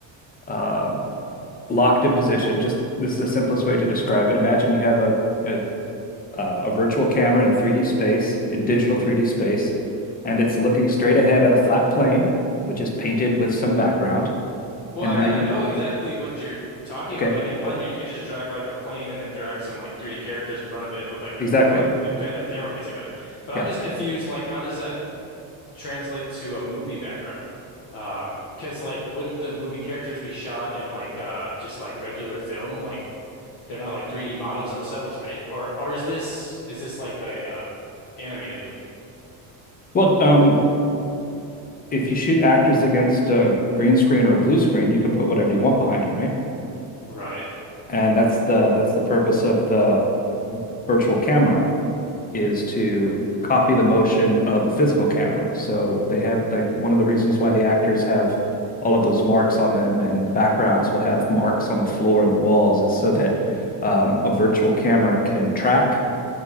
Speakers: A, on the left; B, on the left.
A: um, locked in position, just this is the simplest way to describe it. Imagine you have a, a uh, a virtual camera in 3D space, in digital 3D space, and it's looking straight ahead at a flat plane, which is painted with some background.
B: Well,
A: And
B: I
A: now
B: mean,
A: you,
B: I know exactly what you're talking
A: okay,
B: about. Like in Blender, you could just drag like a plane and then drag some like 3D characters in front of it with like the
A: exactly.
B: plan the Blender camera pacing at it. But
A: Yeah.
B: I'm just confused. Like, how does that translate to a movie background? Um, because like, wouldn't the movie characters be shot in like uh just like regular film? Like, they're not like 3D models themselves, right? Or or is this is this like a uh, animated movie?
A: Well, um, if you shoot actors against a green screen or a blue screen, you can put whatever you want behind them, right?
B: Right.
A: And that's the that's the purpose of the virtual camera. is to copy the motion of a physical camera. So they have like one of the reasons why the actors have all of those marks on them and backgrounds will have marks on the floor and the walls is so that um, a virtual camera can track